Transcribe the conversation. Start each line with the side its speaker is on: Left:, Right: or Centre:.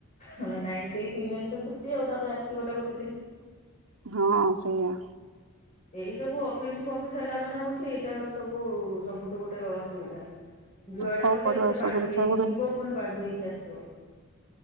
Left: ହଁ ନାଇଁ ସେଇ ତିନି ଦିନ ତ ଛୁଟି ଆଉ ତାପରେ ଆସିବାଟା ଗୋ
Right: ହଁ ସେଇଆ।
Left: ଏଇ ସବୁ ଅଫିସ୍ ଫଫିସ୍ ହେଲା ମାନେ ହଉଚି ଏଇଟା ହଉଚି ସବୁ ସବୁଠୁ ଗୋଟେ ଅସୁବିଧା। ଯୁଆଡ଼େ
Right: କଣ
Left: ଗଲେ
Right: କରିବ
Left: ଗୋଟେ ବାନ୍ଧି
Right: ସବୁ ଦେଖିବାକୁ
Left: ହେଇକି
Right: ପଡିବ
Left: ଯିବ ପୁଣି ବାନ୍ଧି ହେଇକି ଆସିବ।